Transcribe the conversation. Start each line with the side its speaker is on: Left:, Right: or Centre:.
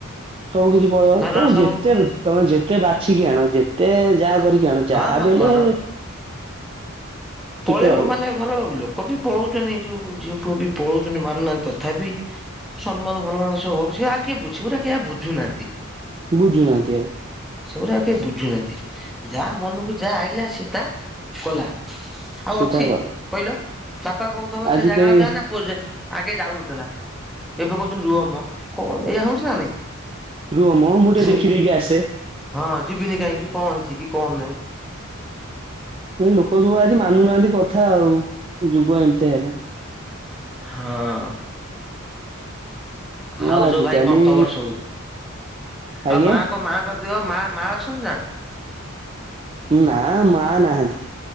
Right: ସବୁ କିଛି ପକେଇବ ମାନେ
Centre: ଘରର
Right: ତମେ
Centre: ସବୁ
Right: ଯେତେ ତମେ ଯେତେ ବାଛିକି ଆଣ ଯେତେ ଯାହା କରିକି ଆଣ ଯାହା
Centre: ହଁ ମା
Right: ବି
Centre: ଘର
Right: ହେଲେ ଟିକେ
Centre: ପଳେଇବ
Right: ରହିବ
Centre: ମାନେ ଘର ଲୋକ ପୁଅ ପଳଉଛନ୍ତି ଯୋଉ ଝିଅପୁଅ ବି ପଳଉଛନ୍ତି ମାନୁନାହାନ୍ତି ତଥାପି ସମ୍ମାନ ଭଲ ମାନ ସହ ହଉଛି ଆଉ କିଏ ବୁଝିବ ଯେ କିଏ ଆଉ ବୁଝୁନାହାନ୍ତି।
Right: ବୁଝୁ ନାହାନ୍ତି ଆଉ।
Centre: ସେଗୁଡା ଆଉ କେହି ବୁଝୁନାହାନ୍ତି ଯାହା ମନକୁ ଯାହା ଆଇଲା ସୀତା କଲା ଆଉ
Right: ସେ
Centre: ଅଛି
Right: ତାର ଗଲା
Centre: କହିଲ ବାପା କହୁଥବ
Right: ଆଜି
Centre: ସେ ଜାଗା
Right: କେହି
Centre: ଆ ଯାଆ ନା ପୁଅ ଯ ଆଗେ ଯାଉନଥିଲା ଏବେ କହୁଛନ୍ତି ରୁହ ମ କଣ ଏହା ହଉଛି ନା ନାଇଁ।
Right: ରୁହ ମ ମୁଁ ଟିକେ
Centre: ହମ୍ମ
Right: ଦେଖିଦେଇକି ଆସେ
Centre: ହଁ ଯିବିନି କାହିଁକି। କଣ ହେଇଛି କି କଣ ନାହି?
Right: ଏ ଲୋକ ସବୁ ଆଜି ମାନୁନାହାନ୍ତି କଥା ଆଉ ଯୁଗ ଏମିତି ହେଲା।
Centre: ହଁ ଆଉ
Right: ଆଜିକାଲି
Centre: ସବୁ ଭାଇ କଣ ଖବର ସବୁ
Right: ଆଜ୍ଞା
Centre: ଆଉ ମାଆଙ୍କ ମାଙ୍କ ଝିଅ ମା ମା ଅଛନ୍ତି ନା?
Right: ନା ମା ନାହାନ୍ତି